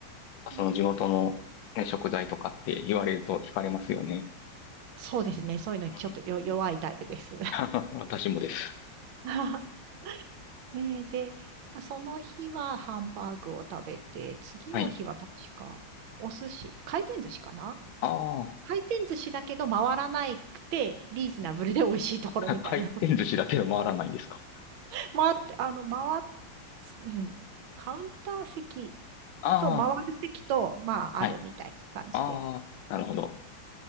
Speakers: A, on the left; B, on the right.
A: かその地元の、
B: <laughs>
A: ね、食材とかって言われると惹かれますよね。
B: そうですね。そういうのにちょっとよ弱いタイプです。
A: うん。<laughs> 私もです。
B: <laughs> ねえ、で、まあその日はハンバーグを食べて、次の日は確かお寿司、
A: はい。
B: 回転寿司かな
A: ああ、
B: 回転寿司だけど回らなくて、リーズナブルで美味しいところみたいなと。
A: 回転寿司だけど回らないんですか。
B: <laughs> 回って、あの、回っ、うん、カウンター席
A: あ
B: と回る席と、まあ、
A: あ、
B: あるみたいな感じで。
A: はい。ああ、なるほど。